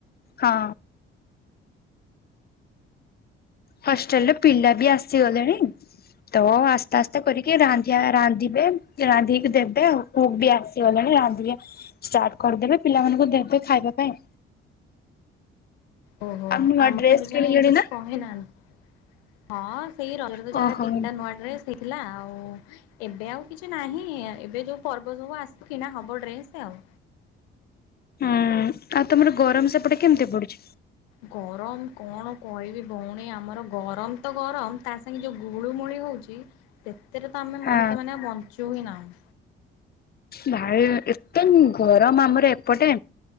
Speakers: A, on the left; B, on the left.
A: ହଁ ହଷ୍ଟେଲରେ ପିଲା ବି ଆସିଗଲେଣି ତ ଆସ୍ତେ ଆସ୍ତେ କରିକି ରାନ୍ଧିଆ ରାନ୍ଧିବେ ରାନ୍ଧିକି ଦେବେ ଆଉ କୁକ୍ ବି ଆସିଗଲାଣି ରାନ୍ଧିକି ଷ୍ଟାର୍ଟ କରିଦେବେ ପିଲାମାନଙ୍କୁ ଦେବେ ଖାଇବା ପାଇଁ <inaudible>
B: ଓହୋ
A: ନୂଆ
B: ଆମର
A: ଡ୍ରେସ
B: ଏବେ ଯାଏଁ
A: କିଣିଲେଣି
B: କିଛି
A: ନା
B: କହିନାହାନ୍ତି ହଁ ସେଇ ର
A: ଓହୋ
B: ଯାହା ତିନିଟା
A: ହୁଁ
B: ନୂଆ ଡ୍ରେସ୍ ହେଇଥିଲା ଆଉ ଏବେ ଆଉ କିଛି ନାହିଁ ଏବେ ଯୋଉ ପର୍ବ ସବୁ ଆସୁ କିଣା ହବ ଡ୍ରେସ ଆଉ
A: ହୁଁ ଆଉ ତମର ଗରମ ସେପଟେ କେମିତି ପଡୁଛି
B: ଗରମ କଣ କହିବି ଭଉଣୀ ଆମର ଗରମ ତ ଗରମ ତା ସାଙ୍ଗେ ଯୋଉ ଗୁଳୁଗୁଳି ହଉଛି ସେତେରେ ତ ଆମେ
A: ହଁ
B: ମଣିଷ ମାନେ ବଞ୍ଚୁ ହିଁ ନାହୁଁ
A: ଭାଇ ଏତେ ଗରମ ଆମର ଏପଟେ